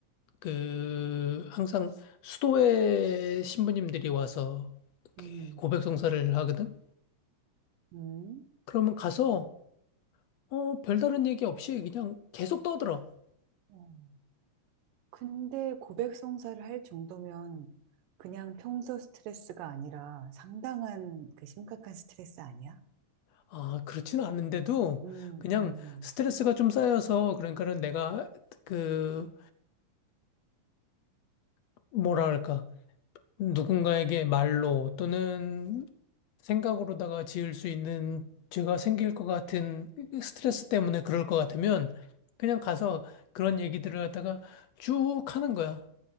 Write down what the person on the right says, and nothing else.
음,
음.
어, 근데 고백 성사를 할 정도면 그냥 평소 스트레스가 아니라 상당한 그 심각한 스트레스 아니야?
음,
음,